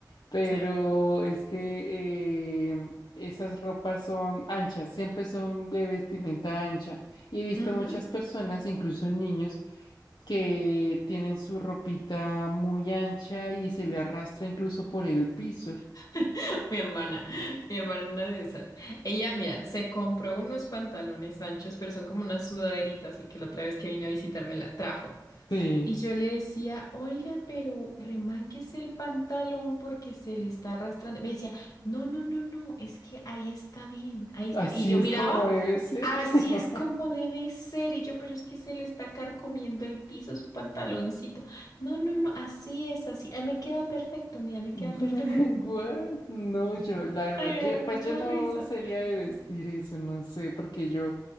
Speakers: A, on the left; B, on the left.
A: pero
B: sí,
A: es que... eh, Esas ropas son anchas, siempre son de vestimenta ancha. Y he visto
B: ujú.
A: muchas personas, incluso niños, que tienen su ropita muy ancha y se le arrastra incluso por el piso.
B: <laughs> Mi hermana, mi hermana una de esas. Ella, mira, se compró unos pantalones anchos, pero son como unas sudaderitas, porque la otra vez que vino a visitarme la trajo.
A: Sí,
B: Y yo le decía, oiga, pero remánguese el pantalón porque se le está arrastrando. Me decía, no, no, no, no, es que ahí está bien, ahí
A: Así
B: está. Y yo
A: es
B: miraba,
A: como debe ser.
B: así
A: <laughs>
B: es como debe ser. Y yo, pero es que se le está carcomiendo el piso, su pantaloncito. No, no, no, así es, así. ah, me queda perfecto, mira,
A: <laughs>
B: me queda perfecto.
A: What? No, yo, la verdad,
B: Ay, me
A: yo,
B: dio mucha
A: pues yo no
B: risa.
A: sería de vestir eso, no sé, porque yo,